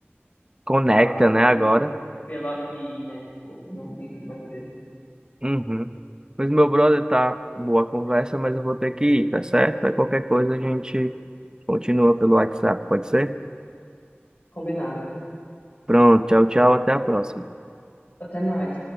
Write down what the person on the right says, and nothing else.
Conecta,
né,
agora.
Uhum. Mas meu brother, tá boa a conversa, mas eu vou ter que ir, tá certo? Aí qualquer coisa a gente continua pelo WhatsApp, pode ser?
Pronto, tchau, tchau, até a próxima.